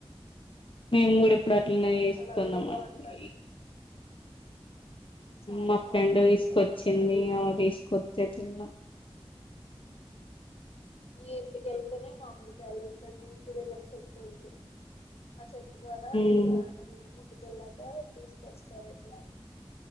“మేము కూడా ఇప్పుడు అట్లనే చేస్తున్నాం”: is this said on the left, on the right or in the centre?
Left